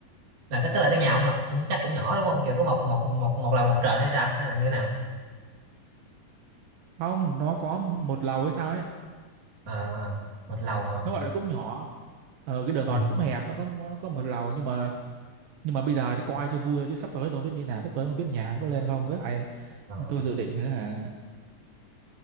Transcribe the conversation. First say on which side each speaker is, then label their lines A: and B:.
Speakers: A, on the right; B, on the right.
A: là cái tức là cái nhà ông là cũng- chắc cũng nhỏ đúng không kiểu có một một một một lầu một trệt hay sao hay là như thế nào
B: không nó có một lầu hay sao ấy
A: à, một lầu hả
B: nó gọi là cũng nhỏ ờ cái đường
A: ừ.
B: vào nó cũng hẹp nó có nó có một lầu nhưng mà nhưng mà bây giờ thì coi cho vui thôi chứ sắp tới tôi không biết như nào sắp tới không biết nhà nó có lên không với lại
A: Ờ,
B: tôi dự định nữa hả